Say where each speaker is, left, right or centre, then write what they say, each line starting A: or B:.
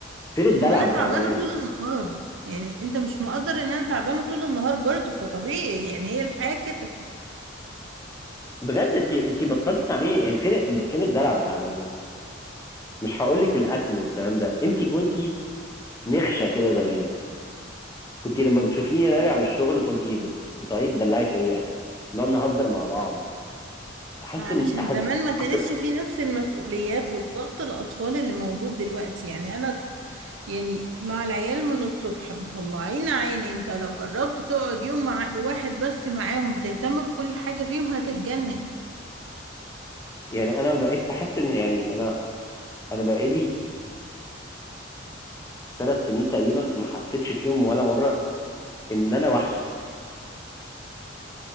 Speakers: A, on the left (about 15°); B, on the right (about 70°).
A: فين الدلع
B: طب ما انا
A: بتاع
B: تعبانه
A: زمان
B: طول النهار يعني انت مش مقدر ان انا تعبانه طول النهار برضه فطبيعي يعني هي الحياه كده
A: بجد انت انت بطلتي تعملي يعني فين فين الدلع بتاع زمان مش هقول لك الاكل والكلام ده انت كنتي نغشه كده زمان كنت لما بتشوفيني راجع من الشغل كنت بت... بتقعدي تدلعي فيا نقعد نهزر مع بعض احس
B: ما علشان
A: ان احس
B: زمان ما كانتش
A: كنت
B: في نفس المسؤوليات والضغط الأطفال اللي موجود دلوقتي يعني أنا يعني مع العيال من الصبح مطلعين عيني انت لو جربت تقعد يوم مع واحد بس معاهم تهتم بكل حاجة فيهم هتتجنن
A: يعني انا بقيت بحس ان يعني انا انا بقالي ثلاث سنين تقريبا ما حسيتش فيهم ولا مره ان انا وحشك